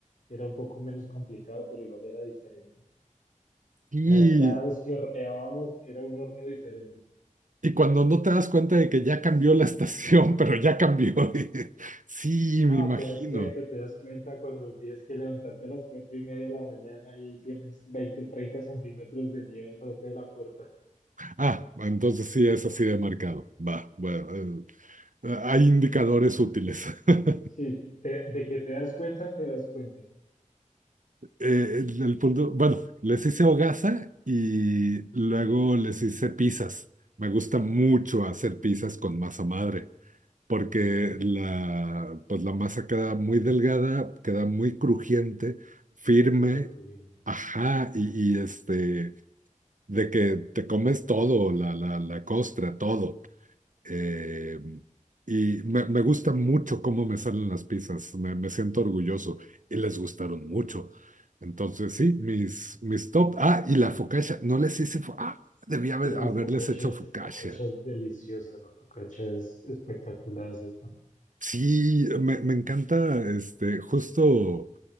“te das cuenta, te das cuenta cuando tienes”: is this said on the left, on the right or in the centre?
Left